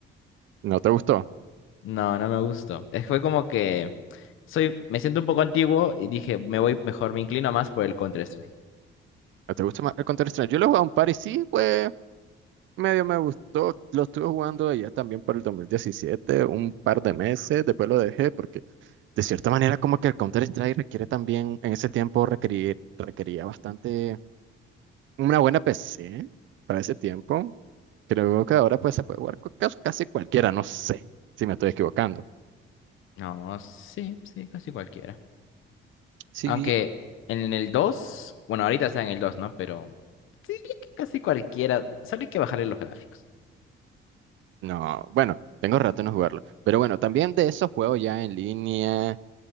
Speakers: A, on the right; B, on the left.
A: ¿No te gustó?
B: No, no me gustó. Eh, Fue como que soy, me siento un poco antiguo y dije, me voy mejor, me inclino más por el Counter-Strike.
A: ¿No te gusta más el Counter-Strike? Yo lo he jugado un par y sí, pues medio me gustó. Lo estuve jugando allá también por el 2017, un par de meses, después lo dejé porque de cierta manera como que el Counter-Strike requiere también, en ese tiempo requerir, requería bastante una buena PC para ese tiempo. Creo que ahora pues se puede jugar con cas- casi cualquiera, no sé si me estoy equivocando.
B: No, sí, sí, casi cualquiera.
A: Sí,
B: Aunque en el 2, bueno, ahorita está en el 2, ¿no? Pero sí, casi cualquiera. Solo hay que bajarle los gráficos.
A: no, bueno, tengo rato en no jugarlo. Pero bueno, también de esos juegos ya en línea,